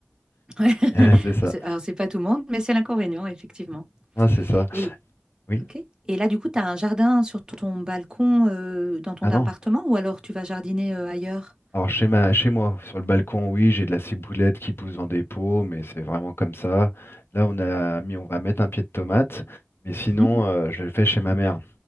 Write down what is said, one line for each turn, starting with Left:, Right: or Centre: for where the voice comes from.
Right: Ouais. <laughs>
Left: <laughs> C'est
Right: Alors,
Left: ça.
Right: c'est alors, c'est pas tout le monde, mais c'est l'inconvénient, effectivement.
Left: Ah, c'est ça.
Right: Et,
Left: Oui.
Right: ok. Et là, du coup, tu as un jardin sur ton balcon euh, dans ton
Left: Ah
Right: appartement
Left: non.
Right: ou alors tu vas jardiner euh, ailleurs?
Left: Alors chez ma, chez moi, sur le balcon, oui, j'ai de la ciboulette qui pousse dans des pots, mais c'est vraiment comme ça. Là, on a mis, on va mettre un pied de tomate, mais sinon,
Right: Mhm.
Left: euh, je le fais chez ma mère.